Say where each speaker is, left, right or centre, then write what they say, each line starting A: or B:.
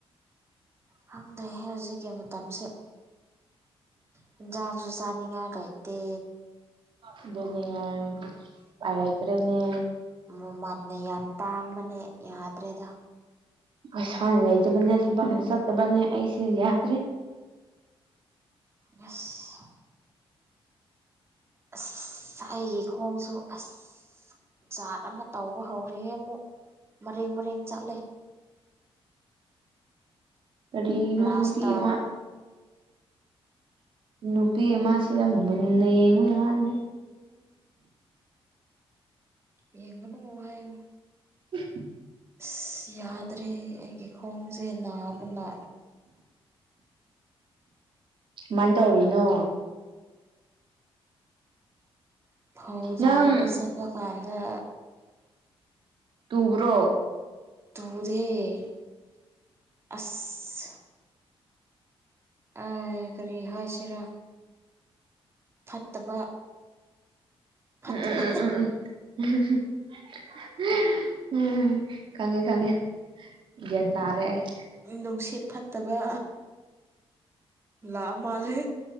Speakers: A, on the right; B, on the right.
A: ꯈꯪꯗꯦꯍꯦ ꯍꯧꯖꯤꯛꯀꯤ ꯃꯇꯝꯁꯦ ꯍꯤꯟꯖꯥꯡꯁꯨ ꯆꯥꯅꯤꯉꯥꯏ ꯂꯩꯇꯦ
B: ꯑꯗꯨꯅꯤ ꯌꯥ ꯄꯥꯏꯂꯩꯇ꯭ꯔꯦꯅꯦ
A: ꯃꯃꯟꯅ ꯌꯥꯝ ꯇꯥꯡꯕꯅꯦ ꯌꯥꯗ꯭ꯔꯦꯗ
B: ꯄꯩꯁꯥ ꯂꯩꯇꯕꯅꯦ ꯊꯕꯛꯅ ꯆꯠꯇꯕꯅꯦ ꯑꯩꯁ ꯌꯥꯗ꯭ꯔꯦ
A: ꯌꯦꯁ ꯑꯁ ꯑꯩꯒꯤ ꯈꯣꯡꯁꯨ ꯑꯁ ꯖꯥꯠ ꯑꯃ ꯇꯧꯕ ꯍꯧꯔꯤꯌꯦ ꯑꯃꯨꯛ ꯃꯔꯦꯡ ꯃꯔꯦꯡ ꯆꯠꯂꯦ
B: ꯀꯔꯤꯅꯣ
A: ꯄ꯭ꯂꯥꯁꯇꯔ
B: ꯅꯨꯄꯤ ꯑꯃꯥ ꯅꯨꯄꯤ ꯑꯃꯁꯤꯗ ꯃꯨꯟꯅ ꯌꯦꯡꯕꯩ ꯌꯥꯅꯦ
A: ꯌꯦꯡꯒꯅꯨ ꯍꯥꯏꯕ
B: <unintelligible>
A: ꯑꯁ ꯌꯥꯗ꯭ꯔꯦ ꯑꯩꯒꯤ ꯈꯣꯡꯁꯦ ꯅꯥꯕꯅ
B: ꯀꯃꯥꯏꯟ ꯇꯧꯔꯤꯅꯣ
A: ꯐꯧ ꯊꯥꯕ
B: ꯅꯪ
A: ꯆꯠꯄ ꯀꯥꯟꯗ
B: ꯇꯨꯕ꯭ꯔꯣ
A: ꯇꯨꯗꯦ ꯑꯁ ꯑ ꯀꯔꯤ ꯍꯥꯏꯁꯤꯔꯥ ꯐꯠꯇꯕ ꯐꯠꯇꯕ
B: ꯎꯝ ꯎꯝ ꯎꯝ ꯎꯝ ꯎꯝ <unintelligible> ꯎꯝ ꯈꯪꯉꯦ ꯈꯪꯉꯦ ꯒ꯭ꯌꯟ ꯇꯔꯦ ꯑꯩ
A: ꯅꯨꯡꯁꯤꯠ ꯐꯠꯇꯕ ꯂꯥꯛꯑ ꯃꯥꯜꯂꯦ